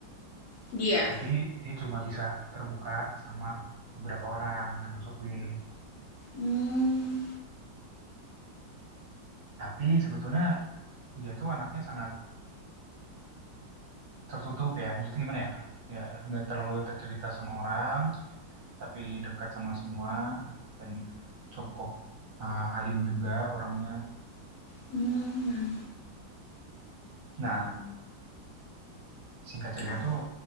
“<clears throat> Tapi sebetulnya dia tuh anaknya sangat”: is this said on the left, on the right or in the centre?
Right